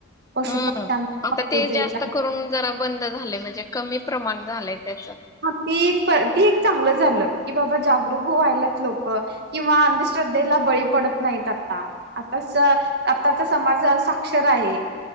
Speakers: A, on the right; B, on the left.
A: पशु
B: हम्म
A: पक्ष्यांना
B: आता
A: कापलं
B: ते
A: जायचा
B: जास्त करून जरा बंद झाले म्हणजे े कमी प्रमाण झालंय त्याच
A: ह ती ती एक चांगलं झालं की बाबा जागरूक्हायलात लोक किंवा अंधश्रद्धेला बळी पडत नाहीत आता आता आताचा समाज साक्षर आहे